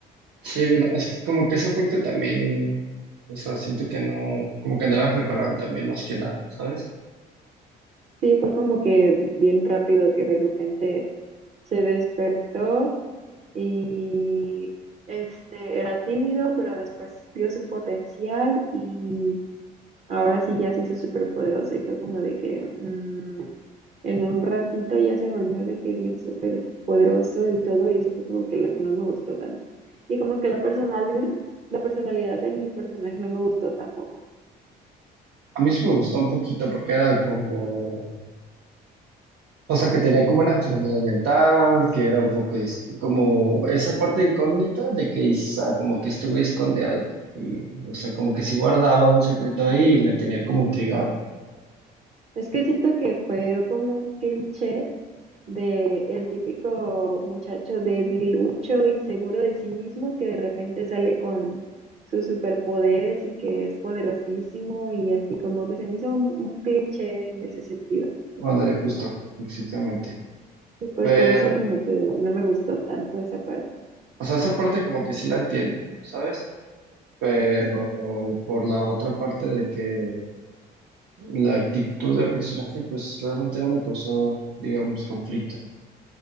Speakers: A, on the right; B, on the right.
A: Sí, bueno, es que como que esa parte también, o sea, siento que no, como que no la prepararon también más que nada, ¿sabes?
B: Sí, fue como que bien rápido que de repente se despertó y este era tímido, pero después vio su potencial y ahora sí ya se hizo súper poderoso y fue como de que mm, en un ratito ya se volvió de que bien súper poderoso y todo y eso fue como que lo que no me gustó tanto. Y como que la personal, la personalidad del personaje no me gustó tampoco.
A: A mí sí me gustó un poquito porque era como O sea, que tenía como una enfermedad mental, que era un poco dis- como esa parte incógnita de que quizá como que este güey esconde algo. Y, o sea, como que sí guardaba un secreto ahí y me tenía como intrigado.
B: Es que siento que fue como un cliché de el típico muchacho debilucho, inseguro de sí mismo, que de repente sale con sus superpoderes y que es poderosísimo y así como que se me hizo un, un cliché en ese sentido.
A: Ándale, justo, exactamente.
B: Y pues
A: Pero,
B: por eso como que no me gustó tanto esa parte.
A: o sea, esa parte como que sí la entiendo, ¿sabes? Pero
B: Ujú.
A: por la otra parte de que la actitud del personaje, pues realmente no me causó, digamos, conflicto.